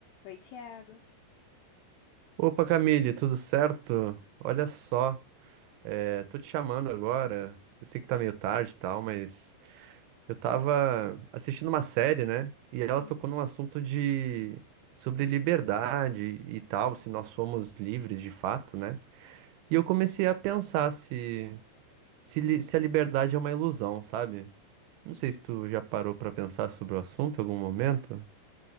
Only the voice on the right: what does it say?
Opa, Camille, tudo certo? Olha só, é, tô te chamando agora. Eu sei que tá meio tarde e tal, mas eu tava assistindo uma série, né? E ela
tocou num assunto de sobre liberdade e tal, se nós somos livres de fato, né? E eu comecei a pensar se se, li- se a liberdade é uma ilusão, sabe? Não sei se tu já parou pra pensar sobre o assunto em algum momento.